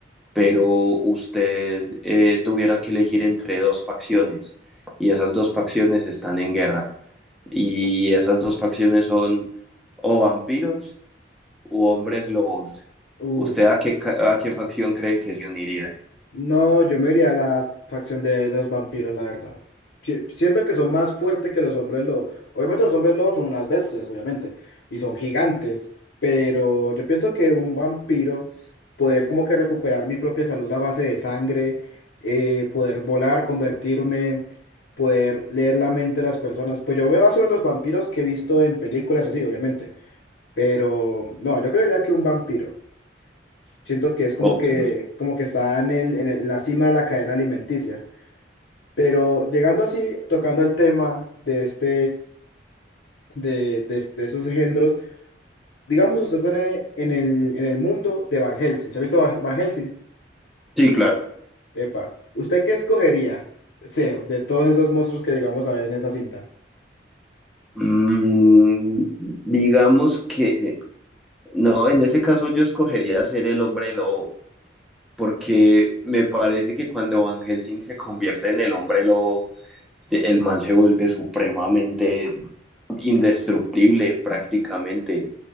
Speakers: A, in the centre; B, on the left.
A: pero usted eh, tuviera que elegir entre dos facciones y esas dos facciones están en guerra y esas dos facciones son o vampiros u hombres lobos,
B: Uf.
A: ¿usted a qué, ca- a qué facción cree que se uniría?
B: No, yo me iría a la facción de, de los vampiros, la verdad. Si- siento que son más fuertes que los hombres lobo. Obviamente los hombres lobos son unas bestias, obviamente, y son gigantes, pero yo pienso que un vampiro, poder como que recuperar mi propia salud a base de sangre, eh, poder volar, convertirme, poder leer la mente de las personas, pues yo me baso en los vampiros que he visto en películas así, obviamente, pero no, yo creería que un vampiro. Siento que es como
A: Ok.
B: que, como que está en el, en el- en la cima de la cadena alimenticia. Pero llegando así, tocando el tema de este, de, de, de esos engendros, digamos usted está en el, en el, en el mundo de Van Helsing. ¿Se ha visto Van Van Helsing?
A: Sí, claro.
B: Epa. ¿Usted qué escogería ser de todos esos monstruos que llegamos a ver en esa cinta?
A: Mm, digamos que no, en ese caso yo escogería ser el hombre lobo, porque me parece que cuando Van Helsing se convierte en el hombre lobo, te- el man se vuelve supremamente indestructible prácticamente